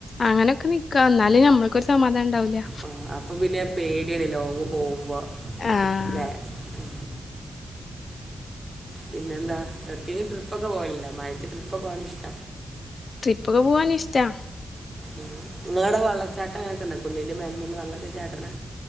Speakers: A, on the left; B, on the right.
A: അങ്ങനെക്കെ നിക്ക എന്നാല് നമ്മക്കൊരു സമാധാനം ഉണ്ടാവൂല്ല
B: ആ അപ്പൊ പിന്നെ പേടിയാണ് ലോങ്ങ് പോകുമ്പോ
A: ആഹ്
B: അല്ലേ ആ. പിന്നെന്ത എവിടക്കെങ്കിലും ട്രിപ്പൊക്കെ പോകലിണ്ടോ മഴത് ട്രിപ്പ്ക്കെ പോവാൻ ഇഷ്ട
A: ട്രിപ്പ്ക്കെ പോവാൻ ഇഷ്ടാ
B: ഉം നിങ്ങളട വെള്ളച്ചാട്ടം അങ്ങനെയൊക്കെ ഉണ്ട കുന്നിന്റെ മേലാമൽ വെള്ളക്കെ ചാടണെ